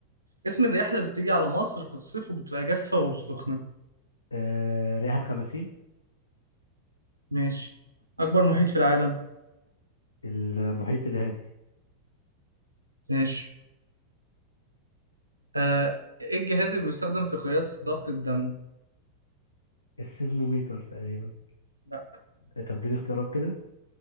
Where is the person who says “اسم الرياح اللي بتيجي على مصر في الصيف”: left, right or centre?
Right